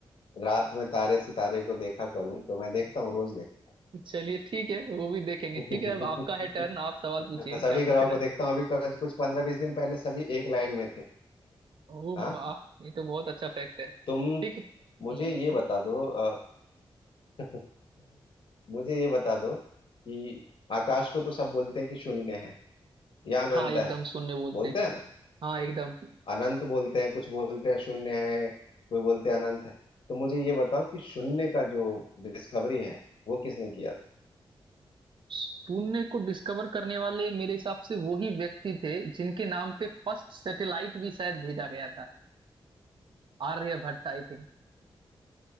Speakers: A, on the left; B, on the right.
A: रात में तारे सितारे को देखा करूं तो मैं देखता हूँ रोज देखता
B: चलिए ठीक है वो भी देखेंगे
A: हूँ
B: ठीक है अब आपका है टर्न आप सवाल
A: <laughs>
B: पूछिए
A: मैं सभी
B: क्या
A: ग्रहों
B: पूछना
A: को
B: है
A: देखता हूँ अभी कुछ कुछ पंद्रह बीस दिन पहले सभी एक लाइन में थे
B: ओह
A: हाँ
B: वाह ये तो बहुत अच्छा फैक्ट है ठीक
A: तुम
B: है
A: मुझे
B: हम्म,
A: ये बता दो अ, <laughs> मुझे ये बता दो कि आकाश को तो सब बोलते हैं कि शून्य है या अनंत
B: हाँ एकदम
A: है
B: शून्य बोलते
A: बोलते
B: हैं
A: हैं ना।
B: हाँ एकदम
A: अनंत बोलते हैं कुछ बोलते हैं शून्य है कोई बोलते हैं अनंत है तो मुझे ये बताओ कि शून्य का जो डिस्कवरी है वो किसने किया था
B: शून्य को डिस्कवर करने वाले मेरे हिसाब से वही व्यक्ति थे जिनके नाम पे फर्स्ट सैटेलाइट भी शायद भेजा गया था Aryabhata I think